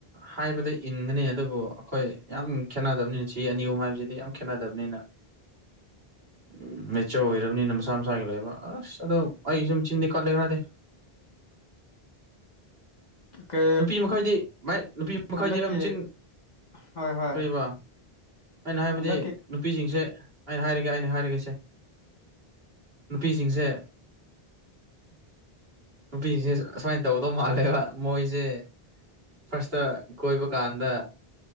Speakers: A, on the right; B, on the left.
A: ꯍꯥꯏꯕꯗ ꯏꯟꯒꯅꯤ ꯑꯗꯨꯕꯨ ꯑꯩꯈꯣꯏ ꯌꯥꯝ ꯈꯦꯠꯅꯗꯕꯅꯤꯅ ꯆꯍꯤ ꯑꯅꯤ ꯑꯍꯨꯝ ꯍꯥꯏꯕꯁꯤꯗꯤ ꯌꯥꯝ ꯈꯦꯠꯅꯗꯕꯅꯤꯅ
B: <inaudible>
A: ꯎꯝ ꯃꯦꯆꯌꯣꯔ ꯑꯣꯏꯔꯕꯅꯤꯅ ꯃꯁꯥ ꯃꯁꯥꯒꯤ ꯂꯩꯕ ꯑꯁ ꯑꯗꯣ ꯑꯩꯒꯤꯁꯨ ꯆꯤꯟꯗꯤ ꯀꯠꯂꯦ ꯈ꯭ꯔꯗꯤ
B: ꯀ
A: ꯅꯨꯄꯤ ꯃꯈꯩꯗꯤ ꯚꯥꯏ ꯅꯨꯄꯤ ꯃꯈꯩꯗꯤ
B: ꯍꯟꯗꯛꯀꯤ
A: ꯚꯥꯏ ꯃꯆꯤꯟ
B: ꯍꯣꯏ ꯍꯣꯏ
A: ꯀꯔꯤꯕ ꯑꯩꯅ ꯍꯥꯏꯕꯗꯤ
B: ꯍꯟꯗꯛꯀꯤ
A: ꯅꯨꯄꯤꯁꯤꯡꯁꯦ ꯑꯩꯅ ꯍꯥꯏꯔꯒꯦ ꯑꯩꯅ ꯍꯥꯏꯔꯒꯦꯁꯦ ꯅꯨꯄꯤꯁꯤꯡꯁꯦ ꯅꯨꯄꯤꯁꯦ ꯑꯁꯨꯃꯥꯏꯅ ꯇꯧꯒꯗꯧꯕ ꯃꯥꯜꯂꯦꯕ ꯃꯣꯏꯁꯦ ꯁꯦ ꯐꯥꯔꯁꯇ ꯀꯣꯏꯕ ꯀꯥꯟꯗ